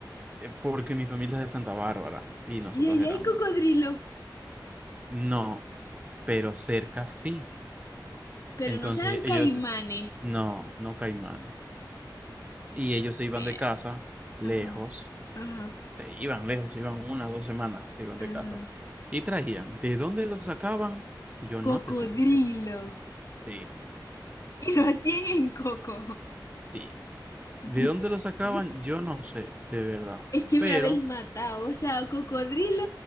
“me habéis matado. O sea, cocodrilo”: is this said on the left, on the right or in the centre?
Left